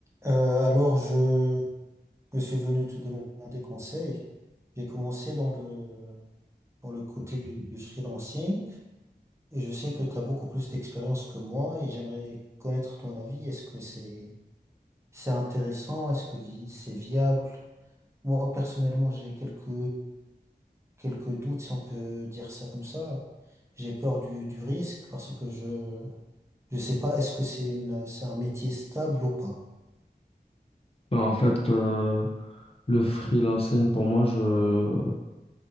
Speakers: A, on the right; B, on the left.
A: Euh, alors, je, je suis venu te demander conseil. J'ai commencé dans le, dans le côté du, du freelancing et je sais que tu as beaucoup plus d'expérience que moi et j'aimerais connaître ton avis. Est-ce que c'est, c'est intéressant? Est-ce que vi- c'est viable? Moi, personnellement, j'ai quelques, quelques doutes, si on peut dire ça comme ça. J'ai peur du, du risque parce que je, je sais pas, est-ce que c'est une, c'est un métier stable ou pas?
B: Ben, en fait, euh, le freelancing, pour moi, je,